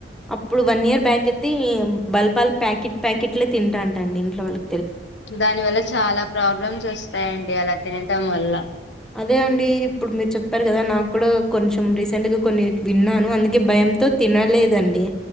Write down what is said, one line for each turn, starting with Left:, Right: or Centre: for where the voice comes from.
Centre: అప్పుడు వన్ ఇయర్ బ్యాక్ అయితేం బల్పాల్ ప్యాకెట్ ప్యాకెట్లే తింటాంట అండి ఇంట్లో వాళ్ళు
Left: దాని వల్ల చాలా ప్రాబ్లమ్స్ వస్తాయండి అలా తినటం వల్ల
Centre: అదే అండి ఇప్పుడు మీరు చెప్పారు కదా, నాకు కూడా కొంచెం రీసెంట్గా కొన్ని విన్నాను అందుకే భయంతో తినలేదండి.